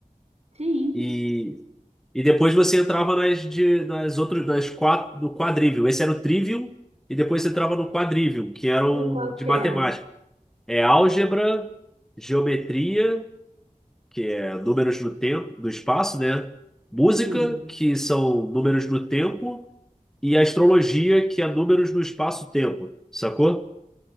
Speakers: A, on the right; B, in the centre.
A: Sim.
B: E, e depois você entrava nas, de, nas outras, nas quatro, do quadrívio. Esse era o trivium, e depois você entrava no quadrívio, que eram
A: De qual
B: de
A: que
B: matemática.
A: é?
B: É álgebra, geometria, que é números no tempo, no espaço, né? Música,
A: Sim.
B: que são números no tempo, e astrologia, que é números no espaço-tempo, sacou?